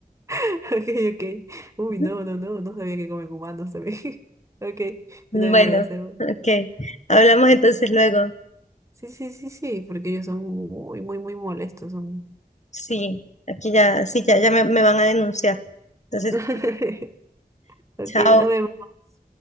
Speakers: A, on the right; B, on the left.
A: <laughs> ok, ok. Uy,
B: <laughs>
A: no, no, no, no sabía que comen humanos también. <laughs> Ok, yo
B: Ujú.
A: también
B: Bueno,
A: voy a hacer una.
B: ok. Hablamos
A: ¿Por
B: entonces
A: qué?
B: luego.
A: Sí, sí, sí, sí, porque ellos son muy, muy, muy molestos. Son...
B: Sí, aquí ya, sí, ya, ya me, me van a denunciar. Entonces,
A: <laughs> Ok,
B: chao.
A: nos vemos.